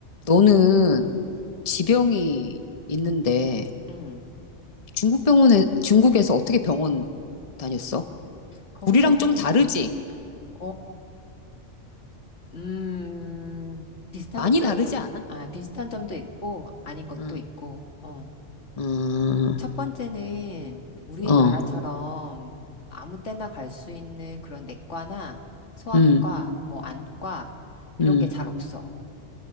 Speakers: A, on the left; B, on the left.
A: 너는 지병이 있는데
B: 음,
A: 중국 병원에, 중국에서 어떻게 병원 다녔어?
B: 거기서는,
A: 우리랑 좀 다르지?
B: 어, 음, 비슷한
A: 많이
B: 점도,
A: 다르지 않아?
B: 아, 비슷한 점도 있고, 아닌 것도
A: 응,
B: 있고, 어.
A: 음,
B: 첫 번째는 우리나라처럼
A: 어,
B: 아무 때나 갈 수 있는 그런 내과나 소아과,
A: 음,
B: 뭐, 안과, 이런
A: 음.
B: 게 잘 없어.